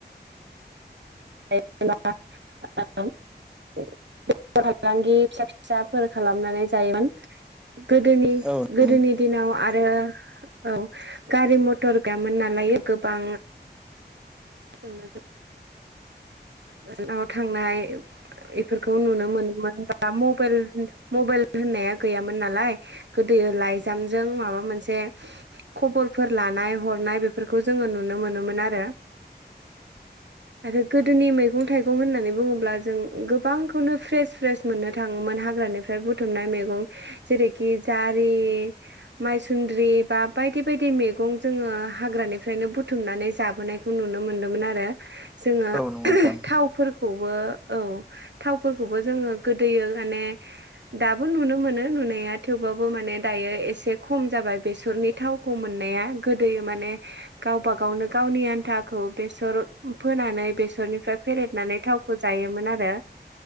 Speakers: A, on the right; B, in the centre.
A: <unintelligible> <unintelligible> फालांगि फिसा फिसाफोर खालामनानै जायोमोन गोदोनि
B: औ
A: गोदोनि
B: नंगौ
A: दिनाव आरो औ गारि मथर गैयामोन नालाय गोबां <unintelligible> गोजानाव थांनाय इफोरखौ नुनो मोनोमोन बा मबेल मबेल होननाया गैयामोन नालाय गोदोयो लाइजामजों माबा मोनसे खबरफोर लानाय हरनाय बेफोरखौ जोङो नुनो मोनोमोन आरो। आरो गोदोनि मै गं थाइगं होननानै बुङोब्ला जों गोबांखौनो फ्रेस फ्रेस मोननो थाङोमोन हाग्रानिफ्राय बु बुथुमनाय मैगं जेरैखि जारि मायसुन्द्रि बा बायदि बायदि मैगं जोङो हाग्रानिफ्रायनो बुथुमनानै जाबोनाय खौ नुनो मोनदोंमोन आरो जोङो
B: औ नंगौ नोंथां
A: थावफोरखौबो औ थावफोरखौबो जोङो गोदोयो माने दाबो नुनो मोनो नुनाया थेवबाबो माने दायो एसे खम जाबाय बेसरनि थाव मोननाया गोदोयो माने गावबा गावनो गावनि आन्थाखौ बेसर फोनानै बेसरनिफ्राय फेरेदनानै थावखौ जायोमोन आरो